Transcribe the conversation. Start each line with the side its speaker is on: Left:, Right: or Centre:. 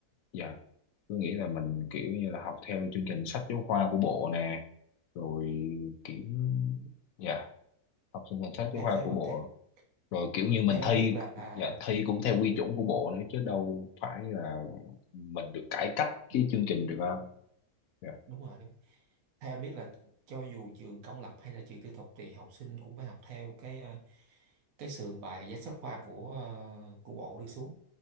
Left: dạ có nghĩa là mình kiểu như là học theo chương trình sách giáo khoa của bộ nè rồi kiểu dạ học chương trình sách giáo
Right: theo
Left: khoa
Right: theo
Left: của bộ
Right: theo,
Left: rồi kiểu
Right: ờ,
Left: như mình
Right: theo
Left: thi
Right: anh biết là à,
Left: dạ thi cũng theo quy chuẩn của bộ nữa chứ đâu phải là mình được cải cách
Right: đúng
Left: cái chương trình được không dạ
Right: đúng rồi đúng. theo anh biết là cho dù trường công lập hay là trường tư thục thì học sinh cũng phải học theo cái ờ, cái sườn bài sách giáo khoa của ờ, của bộ đưa xuống